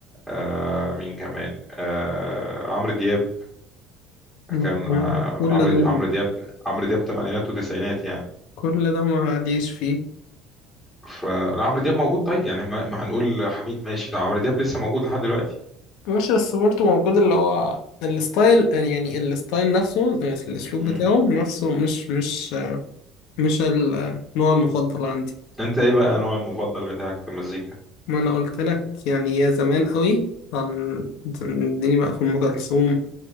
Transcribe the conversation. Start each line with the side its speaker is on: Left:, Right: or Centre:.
Centre: آه، مين كمان آه، عمرو دياب
Left: ما-
Centre: كان آه،
Left: ما- كل
Centre: عمرو
Left: دول
Centre: عمرو دياب عمرو دياب تمانينات وتسعينات يعني
Left: كل ده ما عاديش فيه
Centre: فلا عمرو دياب موجود طيب يعني ما ما هنقول حميد ماشي ده عمرو دياب لسه موجود لحد دلوقتي
Left: ماشي بس برضه موجود اللي هو الستايل يعني الستايل نفسه الأسلوب
Centre: مم.
Left: بتاعه نفسه مش مش مش النوع المفضل عندي
Centre: انت ايه بقى نوع المفضل بتاعك في المزيكا
Left: ما أنا قلت لك يعني يا زمان قوي كان اديني بقى في أم كلثوم